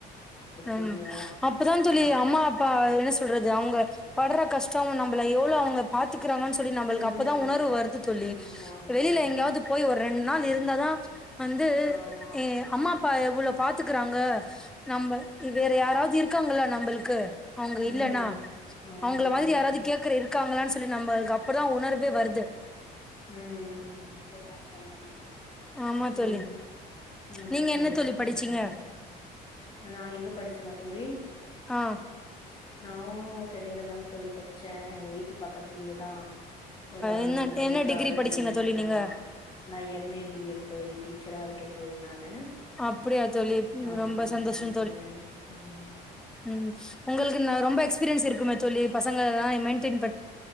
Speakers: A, in the centre; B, on the left (about 25°).
A: அம்
B: புரியு
A: அப்பதா சொல்லி
B: ஆ
A: அம்மா, அப்பா என்ன சொல்றது அவுங்க படுற கஷ்டோ நம்பள எவ்ளோ அவங்க பாத்து இருக்றாங்கன் சொல்லி நம்பளுக்கு
B: ம்
A: அப்பதா உணர்வு வருது தோழி.
B: ஆமா ஆமா
A: வெளியில
B: ஆமா
A: எங்கயாவது போய் ஒரு ரெண்டு நாள் இருந்தாதா வந்து
B: ஆமா
A: அம்மா, அப்பா எவ்ளோ பாத்துக்றாங்க, நம்ம வேற யாராவது இருக்காங்ளா நம்பளுக்கு? அவுங்க இல்லன்னா
B: ம் ஆமா
A: அவுங்கள மாரி
B: ஆமா
A: யாராவது
B: தோழி
A: கேக்குற இருக்காங்ளானு ச் சொல்லி நம்பளுக்கு அப்ப தா உணர்வே வருது.
B: ம் சேர் அப்ப <unintelligible> உம்
A: ஆமா தோழி
B: உம்
A: நீங்க
B: செரி
A: என்ன தோழி
B: செரி
A: படிச்சீங்க
B: தோழி. நா எங்க படிச்சென்னா தோழி
A: ஆ
B: நானும் சென்னையிலதா தோழி படிச்சே எங்க வீட்டு பக்கத்திலேயேதா ஒரு அஞ்சு
A: என்ன
B: கிலோ
A: என்ன
B: மீட் ஒரு
A: டிகிரி
B: ஆறு
A: படிச்சீங்க
B: கிலோமீட்டர்
A: தோழி
B: தானா?
A: நீங்க
B: நா எம் ஏ பி எட் தோழி. டீச்சரா இருக்கேன் தோழி நா நானு.
A: அப்படியா தோழி
B: ஆமா
A: ரொம்ப சந்தோஷோ
B: ஆமா தோழி உம்
A: ம் ஒங்களுக்கு இன்ன ரொம்ப எக்ஸ்பீரியன்ஸ் இருக்குமே தோழி. பசங்க எல்லா மெயிண்டெயின்